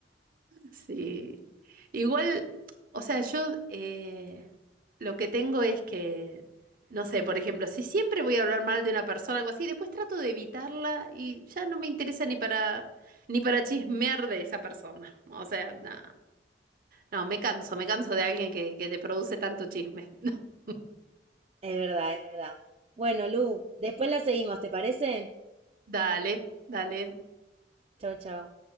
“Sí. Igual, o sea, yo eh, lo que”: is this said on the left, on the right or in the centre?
Right